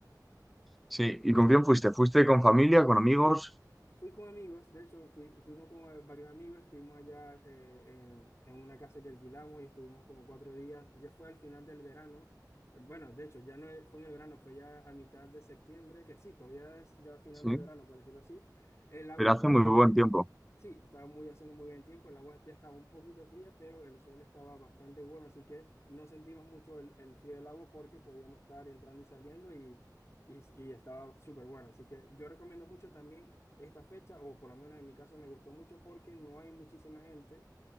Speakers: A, in the centre; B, on the left (about 40°).
A: Sí, ¿y con quién fuiste? ¿Fuiste con familia, con amigos?
B: Fui con amigos, de hecho, fui- fuimos con eh, varios amigos, estuvimos allá eh, en, en una casa que alquilamos y estuvimos como cuatro días. Ya fue al final del verano. Bueno, de hecho, ya no es- fue en el verano, fue ya a mitad de septiembre, que sí, todavía es ya final
A: Sí,
B: del verano, por decirlo así. El agua
A: pero
B: Ah, estaba,
A: hace muy buen tiempo.
B: Sí, estaba muy haciendo muy buen tiempo, el agua ya estaba un poquito fría, pero el sol estaba bastante bueno, así que no sentimos mucho el, el frío del agua porque podíamos estar entrando y saliendo y, y, y estaba súper bueno. Así que yo recomiendo mucho también esta fecha, o por lo menos en mi caso me gustó mucho porque no hay muchísima gente,